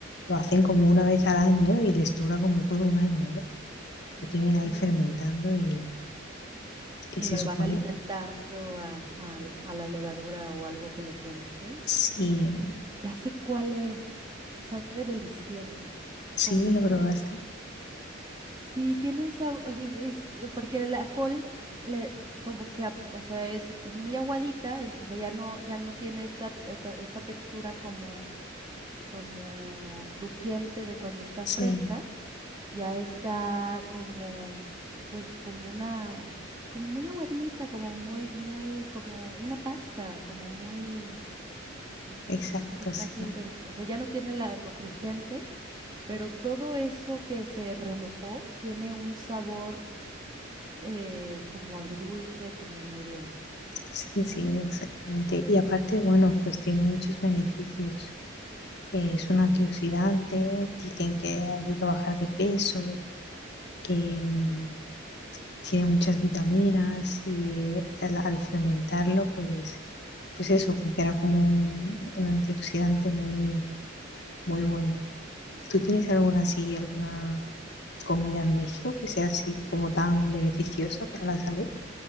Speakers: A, on the left (about 55°); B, on the right (about 20°).
A: lo hacen como una vez al año y les dura como todo un año, ¿eh?
B: mm.
A: Lo tienen ahí fermentando y, y
B: y
A: se
B: lo
A: supone,
B: van alimentando a, a la a la levadura o algo que lo produce.
A: sí.
B: Ya sé cuál es. Sabe delicioso.
A: Sí,
B: Con un
A: lo
B: sabor.
A: probaste.
B: Sí, tiene un sabor. es, es- eh, porque la col le como que ap- o sea, es, es muy aguadita, en- o sea, ya no, ya no tiene esta, esta, esta textura como, como crujiente de cuando está fresca
A: Sí,
B: ya está como, pues como una, pues como muy aguadita, como muy, muy, como una pasta, como muy, mm,
A: exacto,
B: muy fácil
A: sí.
B: de, o sea, ya no tiene la- lo crujiente, pero todo eso que se remojó tiene un sabor eh, como agridulce, como medio,
A: Sí,
B: ¿no?
A: sí, exactamente. Y aparte, bueno, pues tiene muchos beneficios. Es un antioxidante, dicen que ayuda a bajar de peso, que mm, tiene muchas vitaminas y eh, al, al fermentarlo, pues, pues eso, funciona como un, un antioxidante muy, muy bueno. ¿Tú tienes alguna así, alguna comida en México que sea así como tan beneficiosa para la salud?